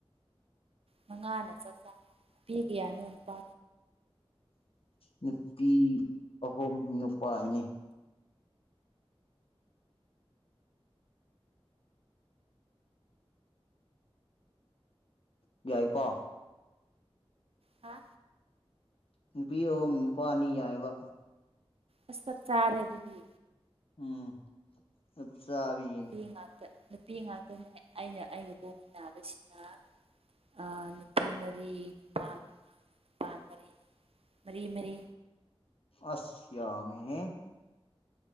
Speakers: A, on the right; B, on the left.
A: ꯃꯉꯥꯅ ꯆꯞ ꯆꯥꯢ ꯅꯨꯄꯤ ꯀꯌꯥꯅꯣ ꯅꯨꯄꯥ
B: ꯅꯨꯄꯤ ꯑꯍꯨꯝ ꯅꯨꯄꯥ ꯑꯅꯤ꯫ ꯌꯥꯏꯀꯣ꯫
A: ꯍꯥ꯫
B: ꯅꯨꯄꯤ ꯑꯍꯨꯝ ꯅꯨꯄꯥ ꯑꯅꯤ ꯌꯥꯏꯕ꯫
A: ꯑꯁ ꯆꯞ ꯆꯥꯔꯦ ꯑꯗꯨꯗꯤ꯫
B: ꯎꯝ ꯆꯞꯆꯥꯕꯤꯒꯤꯅꯤ꯫
A: ꯀꯤꯡꯉꯥꯛꯇ꯫ ꯅꯨꯄꯤ ꯉꯥꯛꯇꯅꯦ ꯑꯩꯅ ꯑꯩꯒ ꯄꯣꯛꯃꯤꯟꯅꯕꯁꯤꯅ ꯑꯥ ꯅꯨꯄꯤ ꯃꯔꯤ ꯅꯨꯄꯥ ꯑꯃꯒ ꯅꯨꯄꯥ ꯃꯔꯤ ꯃꯔꯤ ꯃꯔꯤ꯫
B: ꯑꯁ ꯌꯥꯝꯃꯦꯍꯦ꯫